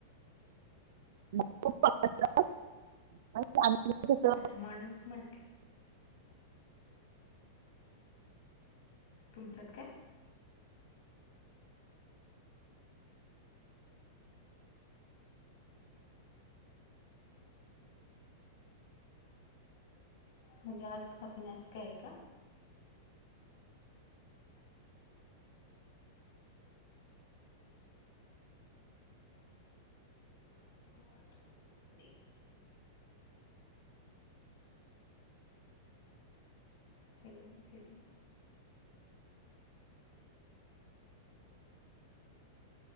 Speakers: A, on the right (about 60°); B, on the left (about 50°).
A: मला खूप आवडत पण ते <unintelligible> कस
B: अच्छा म्हणूनच म्हटल. तुमच्यात काय? म्हणजे आज खात नाय आस काय आय का? <unintelligible> देख. हॅलो-हॅलो.